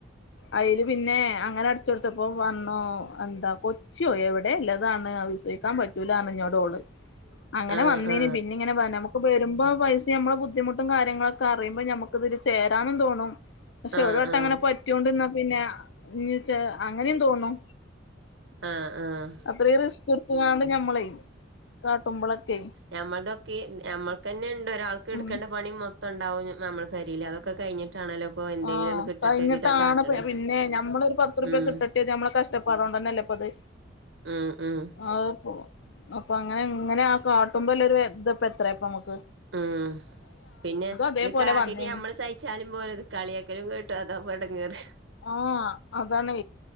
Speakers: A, on the left; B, on the right.
A: അയ്ല് പിന്നെ അങ്ങനെട് അട്ച്ച് കൊട്തപ്പോ വന്നൂ എന്താ കൊച്ചോ എവിടെ ഇല്ലതാണ് അപ്പ വി ഷേ സിക്കാൻ പറ്റൂല പർഞ്ഞു ഇഞ്ഞോടോള് അങ്ങനെ
B: ആ
A: വന്നീനി
B: ആ
A: പിന്നിങ്ങനെ നമുക്ക് വെരുമ്പോ പൈസ് നമ്മളെ ബുദ്ധിമുട്ടും കാര്യങ്ങളൊക്കെ അറിയുമ്പ നമുക്ക് ഇതില് ചേരാനും തോന്നും. പക്ഷെ
B: ആ
A: ഒരു വട്ടം
B: ആ ആ
A: അങ്ങനെ പറ്റൊണ്ടിന്നാ പിന്നെ <unintelligible> ച്ച അങ്ങനിം തോന്നും
B: ആ ആ
A: അത്രിം റിസ്ക് ഇട്ത്ത്ങ്ങാണ്ട് ഞമ്മളെ കാട്ടുമ്പൊളൊക്കെ
B: ഞമ്മൾടെക്കെ ഞമ്മക്ക് തന്നെണ്ട് ഒരാൾക്ക് എട്ക്കേണ്ട
A: ഉം
B: പണി മൊ <unintelligible> ണ്ടാവും നമ്മളെ പെരീൽ അതൊക്കെ കഴിഞ്ഞിട്ടാണല്ലോ ഇപ്പൊ എന്തെങ്കിലും
A: ആഹ്
B: ഒന്ന് കിട്ടട്ടെ
A: കഴിഞ്ഞിട്ടാണ്
B: എഴുതിട്ടാ കാട്ടണേ
A: പ് പിന്നെ ഞമ്മള് ഒരു പത്തുർപ്യ
B: ഉം
A: കിട്ടട്ടെർതി നമ്മളെ കഷ്ടപ്പാടോണ്ടന്നെല്ലേ ഇപ്പത്
B: ഉം ഉം
A: ആഹ് പ്പോ അപ്പൊ അങ്ങനെ ഇങ്ങനെ ആ കാട്ടുമ്പോ ഇല്ല ഒരുതപ്പ എത്ര ഇപ്പ നമ്മക്ക്
B: ആഹ് പിന്നെ
A: അതേപോലെ
B: ഇത് കാട്ടീട്ട്
A: വന്നീനി
B: നമ്മള് സഹി ച്ചാലും പോര ഇത് കളിയാക്കലും കേട്ടു അതാപ്പ എടങ്ങേറ്
A: ആഹ് അതാണെ